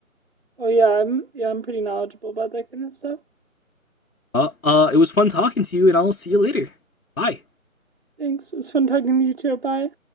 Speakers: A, on the right (about 45°); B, on the left (about 75°).
A: Oh yeah, I'm yeah, I'm pretty knowledgeable about that kind of stuff.
B: Uh, uh, it was fun talking to you, and I'll see you later. Bye.
A: Thanks. It was fun talking to you too. Bye.